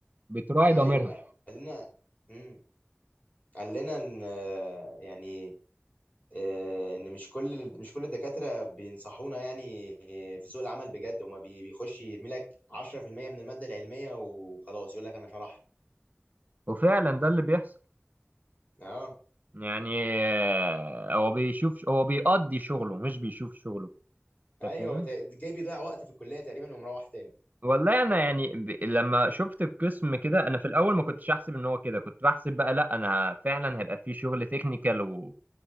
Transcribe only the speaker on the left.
ايوه
قال لنا امم قال لنا ان آه، يعني آه، ان مش كل مش كل الدكاتره بينصحونا يعني آه، في سوق العمل بجد هما بي- بيخش يرمي لك 10% من الماده العلميه وخلاص يقول لك انا شرحت
اه
ايوه
ت- جاي بيضيع وقت في الكليه تقريبا ومروح تاني